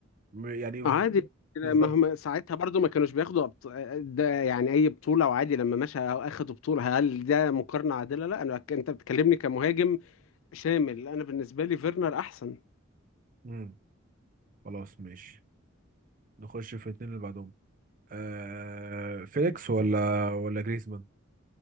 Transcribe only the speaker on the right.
م- يعني
في-
بالظبط
امم خلاص ماشي نخش في الاثنين اللي بعدهم آه... فيليكس ولا ولا جريزمان